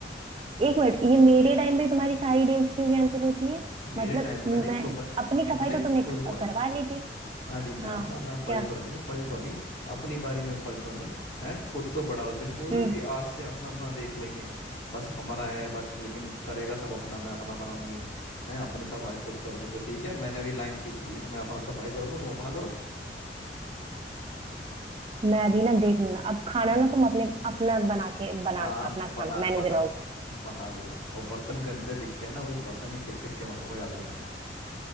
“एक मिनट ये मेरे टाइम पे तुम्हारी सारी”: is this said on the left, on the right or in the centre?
Right